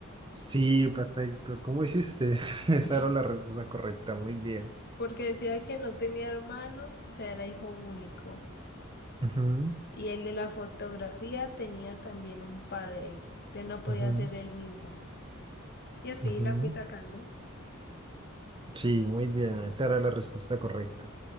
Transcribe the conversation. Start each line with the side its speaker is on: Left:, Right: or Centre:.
Right: Sí, perfecto. ¿Cómo hiciste? <laughs> Esa
Left: <laughs>
Right: era la respuesta correcta. Muy bien.
Left: porque decía que no tenía hermanos, o sea, era hijo único.
Right: Ujú,
Left: Y el de la fotografía tenía también un padre, entonces no podía
Right: ujú,
Left: ser él mismo. Y así
Right: ujú.
Left: la fui sacando.
Right: Sí, muy bien. Esa era la respuesta correcta.